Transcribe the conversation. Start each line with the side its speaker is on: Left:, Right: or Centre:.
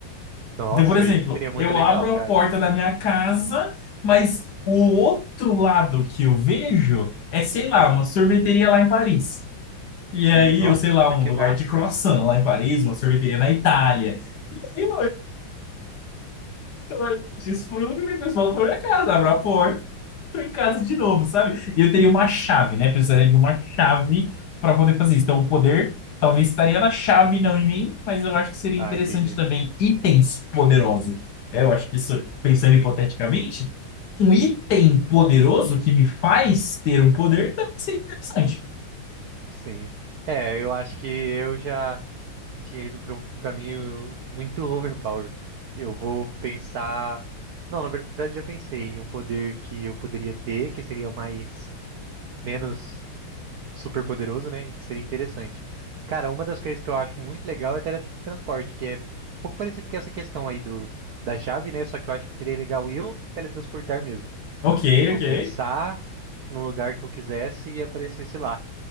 Right: Nossa,
Left: Então, por exemplo,
Right: isso seria muito
Left: eu
Right: legal,
Left: abro
Right: cara.
Left: a porta da minha casa, mas o outro lado que eu vejo é, sei lá, uma sorveteria lá em Paris. E
Right: Sim,
Left: aí,
Right: nossa,
Left: eu sei lá, um
Right: que
Left: lugar
Right: massa.
Left: de croissant lá em Paris, uma sorveteria na Itália. Eu, Então, olha, desfruta e o pessoal foi pra minha casa, abre a porta, tô em casa de novo, sabe? E eu teria uma chave, né? Precisaria de uma chave para poder fazer isso. Então, o poder talvez estaria na chave, não em mim, mas eu acho que seria
Right: Ah,
Left: interessante
Right: entendi.
Left: também itens poderosos. É, eu acho que isso, pensando hipoteticamente, um item poderoso que me faz ter um poder também seria interessante.
Right: Sim. É, eu acho que eu já tinha ido para um caminho muito overpower. Eu vou pensar. Não, na verdade já pensei em um poder que eu poderia ter, que seria mais menos super poderoso, né? E que seria interessante. Cara, uma das coisas que eu acho muito legal é teletransporte, que é um pouco parecido com essa questão aí do da chave, né? Só que eu acho que seria legal eu teletransportar mesmo.
Left: Ok,
Right: Tipo,
Left: ok.
Right: pensar num lugar que eu quisesse e aparecesse lá.